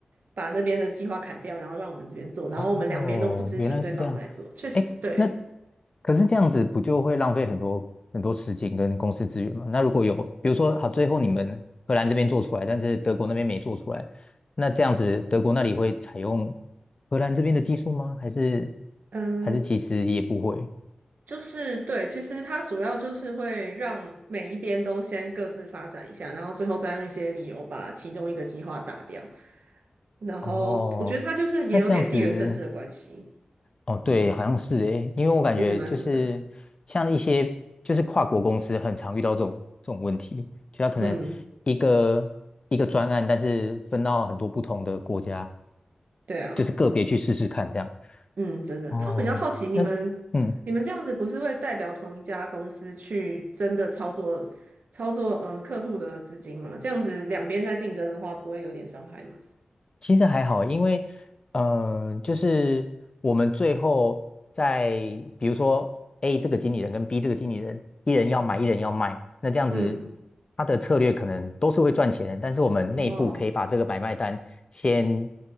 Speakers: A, on the right; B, on the left.
A: 把那边的计划砍掉，然后让我们这边做，然后我们两边都不知情对方有在做，
B: 哦，原来是这样。
A: 确实，
B: 诶，
A: 对。
B: 那可是这样子不就会浪费很多很多时间跟公司资源吗？那如果有，比如说好，最后你们荷兰这边做出来，但是德国那边没做出来，那这样子德国那里会采用荷兰这边的技术吗？还是
A: 嗯，
B: 还是其实也不会？
A: 就是对，其实它主要就是会让每一边都先各自发展一下，然后最后再用一些理由把其中一个计划打掉。然后我觉得它就是也有点地缘政治的关系，
B: 哦，那这样子。哦，对，
A: 嗯，
B: 好像是诶，因为我感觉就是像一些就是跨国公司很常遇到这种这种问题，
A: 其实蛮复杂，
B: 就他可能一个一个专案，
A: 嗯，
B: 但是分到很多不同的国家，
A: 对啊，
B: 就是个别去试试看这样。
A: 嗯，真的。
B: 哦，
A: 但我比较好奇，你们你们这样子不是会代表同一家公司去真的操作操作嗯客户的资金吗？
B: 那嗯。
A: 这样子两边在竞争的话，不会有点伤害吗？
B: 其实还好，因为嗯、呃就是我们最后在比如说 A 这个经理人跟 B 这个经理人，一人要买，一人要卖，那这样子
A: 嗯，
B: 他的策略可能都是会赚钱，但是我们内部可以把这个买卖单先
A: 哦。